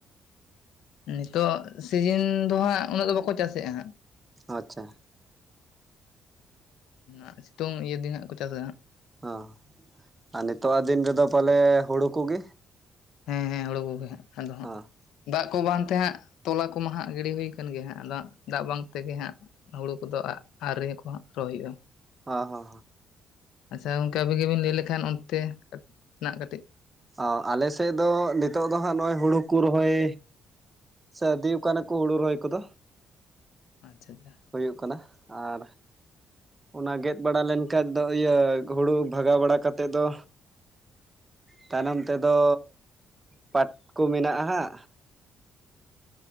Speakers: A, on the left; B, on the right.
A: ᱱᱤᱛᱚᱜ ᱥᱤᱡᱤᱱ ᱫᱚ ᱦᱟᱸᱜ ᱩᱱᱟᱹᱜ ᱫᱚ ᱵᱟᱠᱚ ᱪᱟᱥᱮᱜᱼᱟ ᱦᱟᱸᱜ᱾
B: ᱟᱪᱪᱷᱟ,
A: ᱟᱨ ᱥᱤᱛᱩᱝ ᱤᱭᱟᱹ ᱫᱤᱱ ᱦᱟᱸᱜ ᱠᱚ ᱪᱟᱥᱟ ᱦᱟᱜ
B: ᱚ ᱟᱨ ᱱᱤᱛᱚᱜᱟᱜ ᱫᱤᱱ ᱨᱮᱫᱚ ᱯᱟᱞᱮ ᱦᱩᱲᱩ ᱠᱚᱜᱮ
A: ᱦᱮᱸ ᱦᱮᱸ ᱦᱩᱲᱩ ᱠᱚᱜᱮ ᱦᱟᱸᱜ ᱟᱫᱚ ᱦᱟᱸᱜ
B: ᱦᱚᱸ
A: ᱫᱟᱜ ᱠᱚ ᱵᱟᱝᱛᱮ ᱦᱟᱸᱜ ᱛᱚᱞᱟ ᱠᱚᱢᱟ ᱦᱟᱸᱜ ᱜᱤᱰᱤ ᱦᱩᱭ ᱠᱟᱱ ᱜᱮ ᱦᱟᱸᱜ ᱟᱫᱚ ᱫᱟᱜ ᱵᱟᱝ ᱛᱮᱜᱮ ᱦᱟᱸᱜ ᱦᱩᱲᱩ ᱠᱚᱫᱚ ᱟᱜ ᱟᱣᱨᱤ ᱠᱚ ᱦᱟᱸᱜ ᱛᱳᱜ ᱦᱩᱭᱩᱜᱼᱟ
B: ᱳ ᱦᱚ
A: ᱟᱪᱪᱷᱟ ᱜᱚᱝᱠᱮ ᱟᱵᱤᱱ ᱜᱮᱵᱤᱱ ᱞᱟᱹᱭ ᱞᱮᱠᱷᱟᱱ ᱚᱱᱛᱮᱱᱟᱜ ᱠᱟᱹᱴᱤᱡ
B: ᱚ ᱟᱞᱮ ᱥᱮᱫ ᱫᱚ ᱱᱤᱛᱚᱜ ᱫᱚ ᱦᱟᱸᱜ ᱱᱚᱜᱼᱚᱭ ᱦᱩᱲᱩ ᱠᱩ ᱨᱚᱦᱚᱭ ᱥᱟᱹᱨᱫᱤ ᱠᱟᱱᱟ ᱠᱚ ᱦᱩᱲᱩ ᱨᱚᱦᱚᱭ ᱠᱚᱫᱚ
A: ᱟᱪᱪᱷᱟ ᱟᱪᱪᱷᱟ
B: ᱦᱩᱭᱩᱜ ᱠᱟᱱᱟ ᱟᱨ ᱚᱱᱟ ᱜᱮᱫ ᱵᱟᱲᱟ ᱞᱮᱱᱠᱷᱟᱡ ᱫᱚ ᱤᱭᱟᱹ ᱦᱩᱲᱩ ᱵᱷᱟᱜᱟᱣ ᱵᱟᱲᱟ ᱠᱟᱛᱮ ᱫᱚ ᱛᱟᱭᱱᱚᱢ ᱛᱮᱫᱚ ᱯᱟᱴ ᱠᱚ ᱢᱮᱱᱟᱜᱼᱟ ᱦᱟᱸᱜ